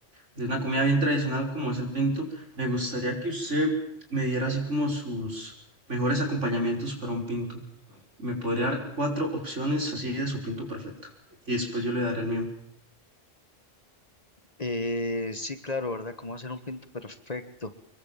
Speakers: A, on the right; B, on the left.
A: de una comida bien tradicional como es el pinto, me gustaría que usted me diera así como sus mejores acompañamientos para un pinto. Me podría dar cuatro opciones así de su pinto perfecto. Y después yo le daré el mío.
B: Eh, sí, claro, ¿verdad? ¿Cómo hacer un pinto perfecto?